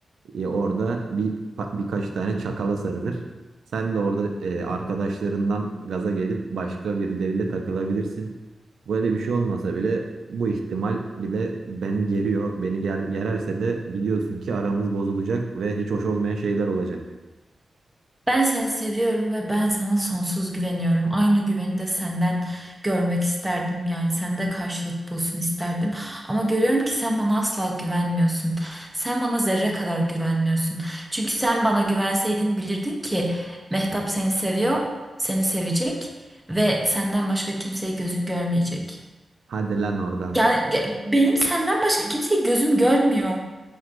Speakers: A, on the right; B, in the centre.
A: E, orada bir pa- birkaç tane çakala sarılır. Sen de orada e, arkadaşlarından gaza gelip başka birileriyle takılabilirsin. Böyle bir şey olmasa bile bu ihtimal bile beni geriyor. Beni ger gererse de biliyorsun ki aramız bozulacak ve hiç hoş olmayan şeyler olacak.
B: ben seni seviyorum ve ben sana sonsuz güveniyorum. Aynı güveni de senden görmek isterdim. Yani sende karşılık bulsun isterdim. Ama görüyorum ki sen bana asla güvenmiyorsun. Sen bana zerre kadar güvenmiyorsun. Çünkü sen bana güvenseydin bilirdin ki Mehtap seni seviyor, seni sevecek ve senden başka kimseyi gözün görmeyecek.
A: Hadi lan oradan.
B: Gel, ge- benim senden başka kimseyi gözüm görmüyor.